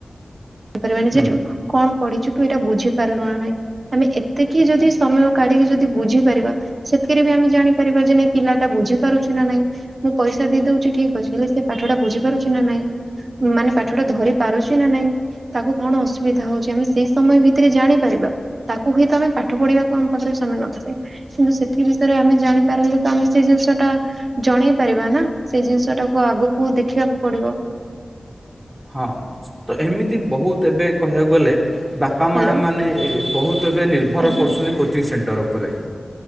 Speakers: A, on the right; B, on the right.
A: ପାରିବାନି
B: ହୁଁ
A: ସେ ଯଉ କଣ? ପଢିଚୁ ତୁ ଏଇଟା ବୁଝି ପାରିଲୁ ନା ନାଇଁ ଆମେ ଏତିକି ଯଦି ସମୟ କାଢିକି ଯଦି ବୁଝିପାରିବା ସେ ବି ଆମେ ଜାଣି ପାରିବା ଯେ ନାଇଁ ପିଲାଟା ବୁଝିାରୁଛି କି ନା ନାଇଁ ମୁଁ ପଇସା ଦେଇ ଦଉଛି ଠିକ୍ ଅଛି ହେଲେ ସେ ପାଠ ଟା ବୁଝି ପାରୁଚି ନା ନାଇଁ? ମାନେ ପାଠ ଟା ଧରି ପାରୁଚି ନା ନାଇଁ? ତାକୁ କଣ ଅସୁବିଧା ହୋଉଚି ଆମେ ସେଇ ସମୟ ଭିତରେ ଜାଣିପାରିବା ତାକୁ ହୁଏତ ଆମେ ପାଠ ପଢିବାକୁ ଆମ ପାଖରେ ସମ୍ ନ କିନ୍ତୁ ସେଥି ବିଷୟରେ ଆମେ ଜାଣିପାରିଲେ ତ ଆମେ ସେଇ ଜିନିଷ ଟା ଜଣେଇ ପାରିବା ନା? ସେଇ ଜିନିଷ ଟାକୁ ଆଗକୁ ଦେଖିବାକୁ ପଡିବ।
B: ହଁ ତ ଏମିତି ବହୁତ ଏବେ କହିବାକୁ ଗଲେ ବାପା ମା
A: ହ୍ୟାଲୋ
B: ମାନେ ଏ ବହୁତ ଏବେ ନିର୍ଭର
A: ଆଜ୍ଞା
B: କରୁଛନ୍ତି କୋଚିଂ ସେଣ୍ଟର୍ ଉପରେ।